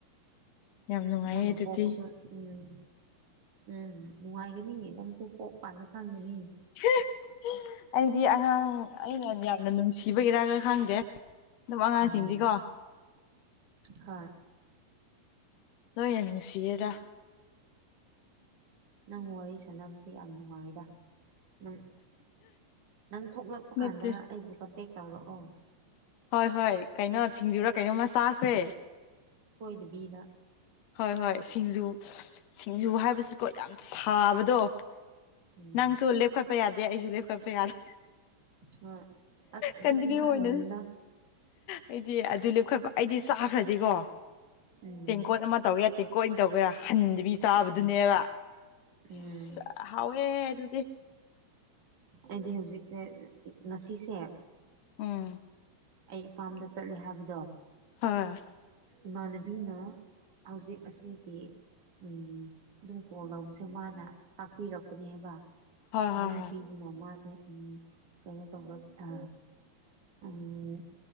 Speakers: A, on the left; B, on the right.
A: ꯌꯥꯝ ꯅꯨꯡꯉꯥꯏꯌꯦ
B: ꯃꯣꯏ
A: ꯑꯗꯨꯗꯤ
B: ꯄꯣꯛꯄꯁꯨ ꯎꯝ ꯎꯝ ꯅꯨꯡꯉꯥꯏꯒꯅꯤ ꯅꯪꯁꯨ ꯄꯣꯛ ꯀꯥꯟꯗ ꯈꯪꯒꯅꯤ
A: ꯍꯦ ꯑꯩꯗꯤ ꯑꯉꯥꯡ ꯑꯩꯅ ꯌꯥꯝꯅ ꯅꯨꯡꯁꯤꯕꯒꯤꯔꯒ ꯈꯪꯗꯦ ꯑꯗꯨꯝ ꯑꯉꯥꯡꯁꯤꯡꯗꯤꯀꯣ
B: ꯎꯝ ꯍꯣꯏ
A: ꯂꯣꯏꯅ ꯅꯨꯡꯁꯤꯌꯦꯗ
B: ꯅꯪ ꯋꯥꯔꯤ ꯁꯥꯟꯅꯕꯁꯦ ꯌꯥꯝ ꯅꯨꯡꯉꯥꯏꯗ ꯅꯪ ꯅꯪ ꯊꯣꯛꯂꯛꯄ
A: ꯅꯠꯇꯦ
B: ꯀꯥꯟꯗ ꯑꯩꯕꯨ ꯀꯣꯟꯇꯦꯛ ꯇꯧꯔꯛꯑꯣ
A: ꯍꯣꯏ ꯍꯣꯏ ꯀꯩꯅꯣ ꯁꯤꯡꯖꯨꯔꯥ ꯀꯩꯅꯣꯝꯃ ꯆꯥꯥꯁꯦ
B: ꯁꯣꯏꯗꯕꯤꯗ
A: ꯍꯣꯏ ꯍꯣꯏ ꯁꯤꯡꯖꯨ ꯁꯤꯡꯖꯨ ꯍꯥꯏꯕꯁꯤꯀꯣ ꯌꯥꯝ ꯁꯥꯕꯗꯣ
B: ꯎꯝ
A: ꯅꯪꯁꯨ ꯂꯦꯞꯈꯠꯄ ꯌꯥꯗꯦ ꯑꯩꯁꯨ ꯂꯦꯞꯈꯠꯄ ꯌꯥꯗꯦ
B: ꯍꯣꯏ ꯑꯁ ꯑꯗꯨꯗꯤ
A: ꯀꯟꯇꯤꯅ꯭ꯌꯨ
B: ꯍꯥꯏꯔꯨꯅꯨꯗ
A: ꯑꯣꯏꯅ ꯑꯩꯗꯤ ꯑꯗꯨ ꯂꯦꯞꯈꯠꯄ ꯑꯩꯗꯤ ꯆꯥꯈ꯭ꯔꯗꯤꯀꯣ
B: ꯎꯝ
A: ꯇꯦꯡꯀꯣꯠ ꯑꯃ ꯇꯧꯒꯦꯔꯥ ꯇꯦꯡꯀꯣꯇ ꯑꯣꯏ ꯇꯧꯒꯦꯔꯥ ꯍꯟꯗꯕꯤ ꯆꯥꯕꯗꯨꯅꯦꯕ
B: ꯎꯝ
A: ꯏꯁ
B: ꯎꯝ
A: ꯍꯥꯎꯋꯦ ꯑꯗꯨꯗꯤ
B: ꯑꯩꯗꯤ ꯍꯧꯖꯤꯛꯁꯦ ꯉꯁꯤꯁꯦ
A: ꯎꯝ
B: ꯑꯩ ꯏꯄꯥꯝꯗ ꯆꯠꯂꯦ ꯍꯥꯏꯕꯗꯣ
A: ꯍꯣꯏ
B: ꯏꯃꯥꯟꯅꯕꯤꯅ ꯍꯧꯖꯤꯛ ꯑꯁꯤꯒꯤ ꯎꯝ ꯑꯗꯨꯝ ꯀꯣꯜ ꯂꯧꯕꯁꯦ ꯃꯥꯅ ꯇꯥꯛꯄꯤꯔꯛꯄꯅꯦ ꯍꯥꯏꯕ
A: ꯍꯣꯏ
B: ꯑꯗꯨ
A: ꯍꯣꯏ
B: ꯅꯨꯄꯤ ꯑꯗꯨꯅ ꯃꯥꯁꯦ ꯎꯝ ꯀꯩꯅꯣ ꯇꯧꯕ ꯑ ꯎꯝ